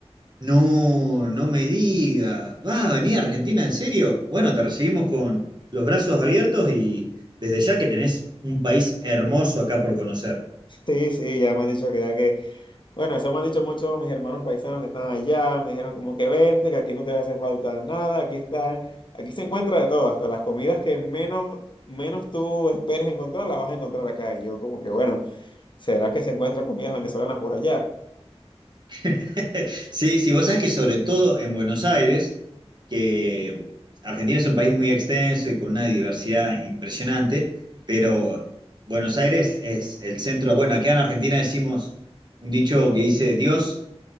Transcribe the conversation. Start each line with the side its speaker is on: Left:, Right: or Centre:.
Right: No, no me digas. ¿Vas a venir
Left: Ujú.
Right: a Argentina en serio? Bueno, te recibimos con los brazos abiertos y desde ya que tenés un país hermoso acá por conocer.
Left: Sí, sí, ya me han dicho que ya que, bueno, eso me han dicho muchos mis hermanos paisanos que están allá, me dijeron como que vente, que aquí no te hace falta nada, aquí está, aquí se encuentra de todo, hasta las comidas que menos, menos tú esperes encontrar, las vas a encontrar acá. Y yo como que, bueno, ¿será que se encuentran comidas venezolanas por allá?
Right: <laughs> Sí, sí, vos sabés que sobre todo en Buenos Aires, que Argentina es un país muy extenso y con una diversidad impresionante, pero Buenos Aires es el centro, bueno, acá en Argentina decimos un dicho que dice Dios